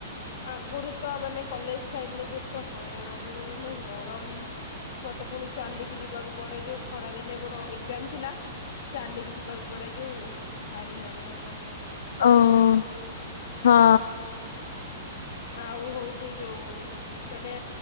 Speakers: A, on the left (about 55°); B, on the left (about 75°).
A: ଆଗୁରୁ ତ ମାନେ କଲେଜ ଟାଇମରେ କେତେ ହଇରାଣ ହୁଏ ମାନେ ଗରମ ମତେ ପୁଣି ଚାଲିକି ଯିବାକୁ ପଡେ ଯୋଉ ଖରା ଦିନେ ମୋର ଏଗଜାମ୍ ଥିଲା ଚାଲିକି ଯିବାକୁ ପଡେ ଜୋଉ ଭାରି ହଇରାଣ ହବ
B: ଓ ହୋ ହଁ।
A: ଆଉ ହଉଚି ଯୋଉ ମାନେ